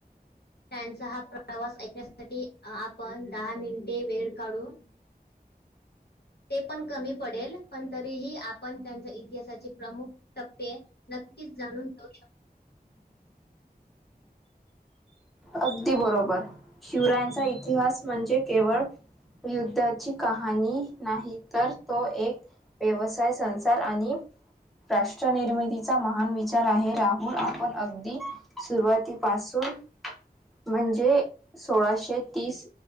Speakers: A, on the left; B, in the centre.
A: त्यांचा हा प्रवास ऐकण्यासाठी आपण दहा मिनिटे वेळ काढून ते पण कमी पडेल पण तरीही आपण त्यांच्या इतिहासाचे प्रमुख टप्पे नक्कीच जाणून घऊ शक
B: अगदी बरोबर शिवरायांचा
A: शकतो.
B: इतिहास म्हणजे केवळ युद्धाची कहाणी नाही तर तो एक व्यवसाय संसार आणि राष्ट राष्ट निर्मितीचा महान विचार आहे राहुल आपण अगदी सुरुवातीपासून म्हणजे सोळाशे तीस